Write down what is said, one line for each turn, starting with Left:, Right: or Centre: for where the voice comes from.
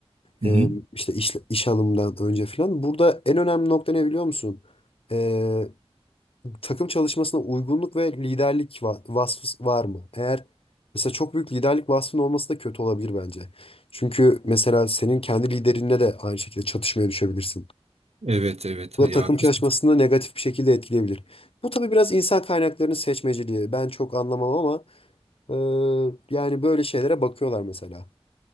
Right: Hı
Left: e,
Right: hı.
Left: işte iş, iş alımdan önce falan. Burada en önemli nokta ne biliyor musun? E, takım çalışmasına uygunluk ve liderlik va- vasfı var mı? Eğer mesela çok büyük liderlik vasfının olması da kötü olabilir bence. Çünkü mesela senin kendi liderinle de aynı şekilde çatışmaya düşebilirsin.
Right: Evet evet
Left: Bu da
Right: ya
Left: takım
Right: haklısın.
Left: çalışmasını negatif bir şekilde etkileyebilir. Bu tabii biraz insan kaynaklarının seçmeciliği. Ben çok anlamam ama e, yani böyle şeylere bakıyorlar mesela.